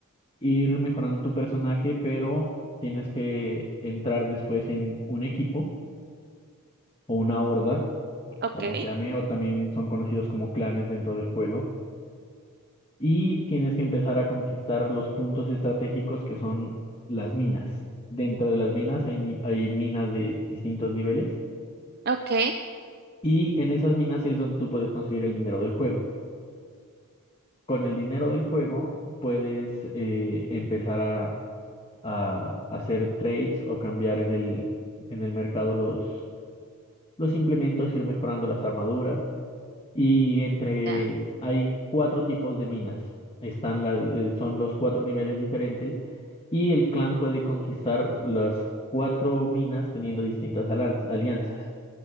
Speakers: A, on the left (about 25°); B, on the right (about 45°).
A: ir mejorando tu personaje, pero tienes que entrar después en un equipo o una horda,
B: Ok,
A: como se llame, o también son conocidos como clanes dentro del juego y tienes que empezar a conquistar los puntos estratégicos que son las minas. Dentro de las minas hay, ni- hay minas de distintos niveles
B: ok,
A: y en esas minas es donde tú puedes conseguir el dinero del juego. Con el dinero del juego puedes eh, empezar a, a hacer trades o cambiar en el, en el mercado los, los implementos, ir mejorando las armaduras. Y entre,
B: ya,
A: hay cuatro tipos de minas. Están las, eh, son los cuatro niveles diferentes y el clan puede conquistar las cuatro minas teniendo distintas alan- alianzas.